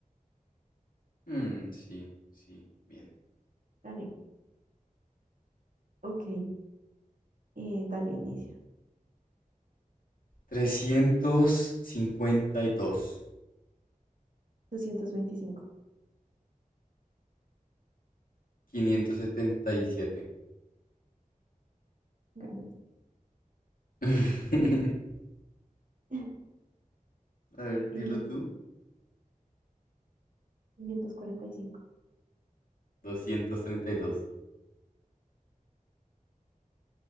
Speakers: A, on the left; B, on the right.
A: Mm, sí, sí. Bien.
B: 761. Gané. Ok. eh, dale, inicia.
A: trescientos cincuenta y dos
B: doscientos veinticinco,
A: quinientos setenta y siete
B: Ganas.
A: <laughs>
B: <laughs>
A: A ver, dilo
B: Eh,
A: tú.
B: quinientos cuarenta y cinco.
A: Doscientos treinta y dos-